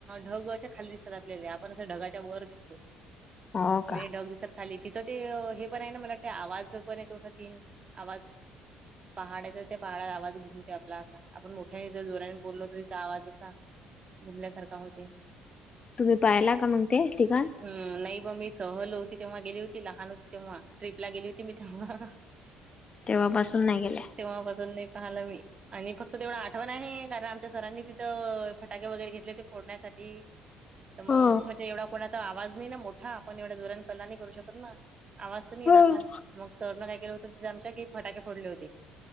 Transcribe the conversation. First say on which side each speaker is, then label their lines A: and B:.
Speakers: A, on the right; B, on the left.
A: ढग असे खाली दिसत <unintelligible> आपण अस ढगाच्या वर दिसतो,
B: हो का?
A: वेग ढग दिसत खाली. तिथं ते हे पण आहे ना मला वाटते आवाज पण येतो आसा तीन आवाज. पहाड हे त त्या पहाडात आवाज घुमते आपला असा आपण मो ठ्याने जर जोराने बोललो तरी तो आवाज असा घुमल्यासारखा होतय.
B: तुम्ही पाहिला का मग ते ठीकान.
A: हं नाही ब मी सहल होती तेव्हा गेली होती लहान होती तेव्हा, ट्रीपला गेली होती मी तेव्हा.
B: तेव्हा पासून नाही गेल्या.
A: तेव्हा पसून नही पाहालं मी! आणि फक्त तेवढं आठवण आहे, कारण आमच्या सरांनी तिथं फटाके वगैरे घेतले ते फोडण्यासाठी. त मंग
B: हो.
A: म्हणजे एवढा कोणाचा आवाज नाही ना मोठा, आपण एवढ्या जोरान कल्ला नही करू शकत ना! आवाज तर नही
B: हम्म.
A: येत आपला, मग सरनं काय केलं होतं त तिथं आमच्या की फटाके फोडले होते.